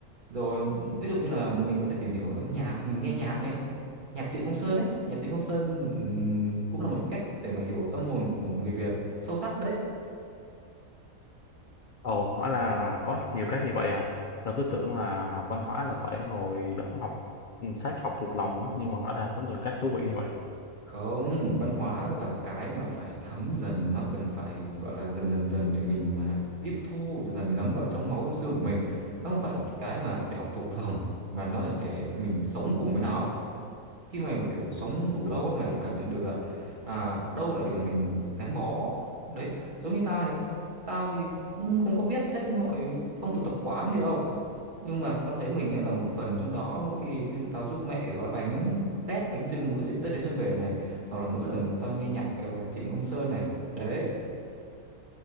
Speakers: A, on the right; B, on the left.
A: rồi ví dụ như là mình có thể tìm hiểu về âm nhạc mình nghe nhạc này nhạc Trịnh Công Sơn ấy nhạc Trịnh Công Sơn ừm, cũng là một cách để mà hiểu tâm hồn của người Việt sâu sắc đấy
B: ồ hóa ra là có nhiều cách như vậy à tao cứ tưởng là học văn hóa là phải ngồi đóng học ừ, sách học thuộc lòng á nhưng mà hóa ra có nhiều cách thú vị như vậy
A: không văn hóa là cái mà phải thấm dần nó cần phải gọi là dần dần dần để mình mà tiếp thu dần dần ngấm vào trong máu âm xương của mình nó không phải là một cái mà để học thuộc lòng mà nó là để mình sống cùng với nó khi mày mà kiểu sống đủ lâu á mày cảm nhận được là à, đâu là điều mình gắn bó đấy giống như tao này tao thì cũng không có biết hết mọi phong tục tập quán gì đâu nhưng mà tao thấy mình ấy là một phần trong đó mỗi khi ví dụ tao giúp mẹ gói bánh tét bánh chưng mỗi dịp Tết đến xuân về này hoặc là mỗi lần mà tao nghe nhạc ờ, Trịnh Công Sơn này đấy